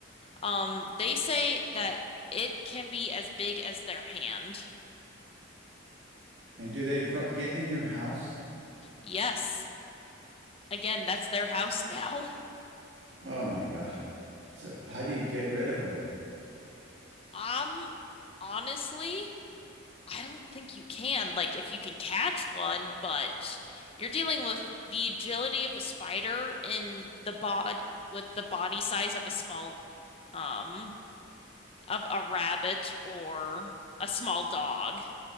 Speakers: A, on the left; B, on the right.
A: um, they say that it can be as big as their hand.
B: And do they cro get in your house?
A: Yes. Again, that's their house now. <laughs>
B: Oh my gosh. So how do you get rid of them?
A: Um, honestly, I don't think you can. Like, if you can catch one, but you're dealing with the agility of a spider in the bod with the body size of a small, um, of a rabbit or a small dog.